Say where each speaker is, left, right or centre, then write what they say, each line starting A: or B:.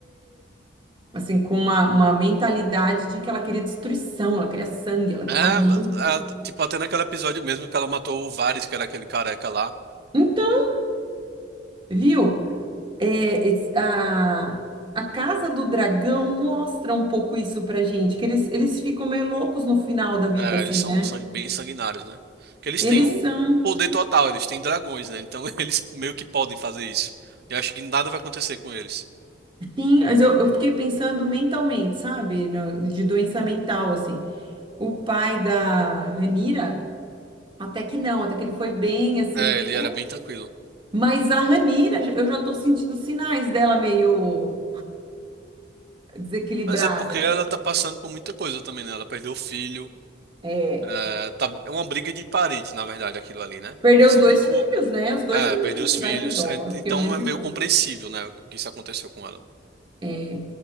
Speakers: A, on the right; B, on the right.
A: assim, com uma, uma mentalidade de que ela queria destruição, ela queria sangue, ela estava
B: É,
A: muito.
B: a- tipo, até naquele episódio mesmo que ela matou o Varys, que era aquele careca lá,
A: Então, viu? É, es- a, a Casa do Dragão mostra um pouco isso pra gente, que eles, eles ficam meio loucos no final da vida,
B: né?
A: assim,
B: Eles são
A: né?
B: sang- bem sanguinários, né? Porque eles
A: Eles
B: têm o,
A: são.
B: o poder total, eles têm dragões, né? Então <laughs> eles meio que podem fazer isso. Eu acho que nada vai acontecer com eles.
A: Sim, mas eu, eu fiquei pensando mentalmente, sabe? No- de doença mental, assim. O pai da Ranira, até que não, até que ele foi bem, assim,
B: É,
A: até...
B: ele era bem tranquilo.
A: Mas a Ranira, eu já tô sentindo sinais dela meio desequilibrada.
B: Mas é porque ela tá passando por muita coisa também, né? Ela perdeu o filho.
A: É,
B: É, tá, é uma briga de parente, na verdade, aquilo ali, né?
A: perdeu
B: Eles
A: os
B: são
A: dois
B: tudo.
A: filhos, né? Os dois
B: É,
A: menininhos,
B: perdeu os filhos,
A: ai que dó,
B: é,
A: eu
B: então
A: fiquei morrendo
B: é
A: de
B: meio
A: dó.
B: compreensível, né, o que isso aconteceu com ela.
A: É,